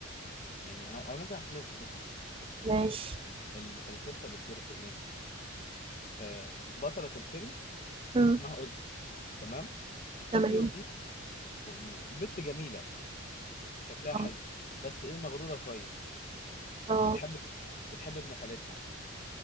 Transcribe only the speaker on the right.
ماشي
مم.
تمام
اه
آه.